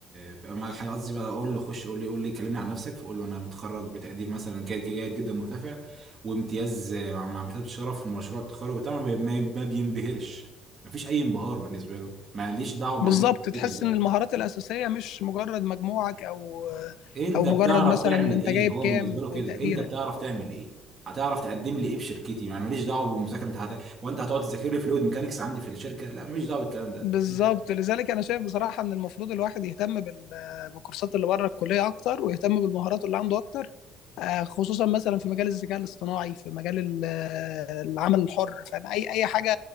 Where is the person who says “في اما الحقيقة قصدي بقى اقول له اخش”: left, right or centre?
Right